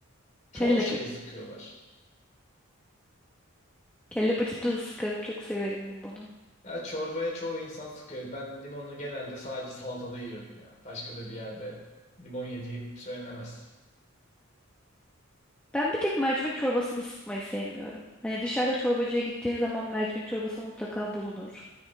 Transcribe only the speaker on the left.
Çoğu
şeye
sıkıyorlar.
Ya çorbaya çoğu insan sıkıyor. Ben limonu genelde sadece salatada yiyorum ya. Başka da bir yerde limon yediğim söylenemez.